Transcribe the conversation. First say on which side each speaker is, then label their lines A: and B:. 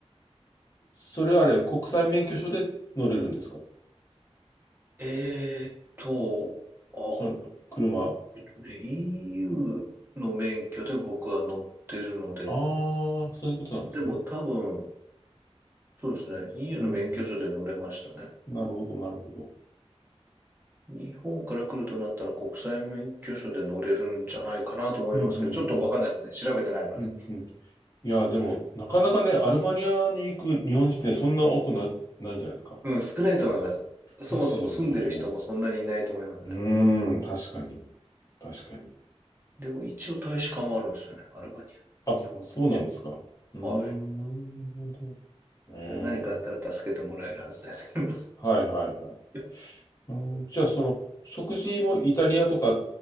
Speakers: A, on the left (about 30°); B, on the right (about 20°).
A: それあれ、
B: そう
A: 国際免許証で乗れるんですか
B: えーっと、あ、
A: その、車。
B: えっとね、EU の免許で僕は乗ってるので、
A: ああ、そういうことなんですね。
B: でも多分、そうですね。EU
A: うん
B: の免許証で乗れましたね。
A: うん。なるほど、なるほど。
B: 日本から来るとなったら国際免許証で乗れるんじゃないかなと思いますけど、
A: うんうんうん
B: ちょっとわかんないですね。調べてないので。
A: うんうん。いや、でも、
B: うん。
A: なかなかね、アルバニアに行く日本人ってそんな多くな、ないんじゃないですか。
B: うん、少ないと思います。そもそも住んでる人もそんなにいないと思いますね。
A: ですよね。うーん、確かに。確かに。
B: でも一応大使館はあるんですよね。アルバニア。
A: あ、
B: 日本大使館。
A: そうなんですか。うーん、
B: はい。
A: なるほど。えー、
B: 何かあったら助けてもらえるはずですけど。<laughs> い
A: はいはいはい。
B: や
A: うん、じゃあ、その、食事もイタリアとか、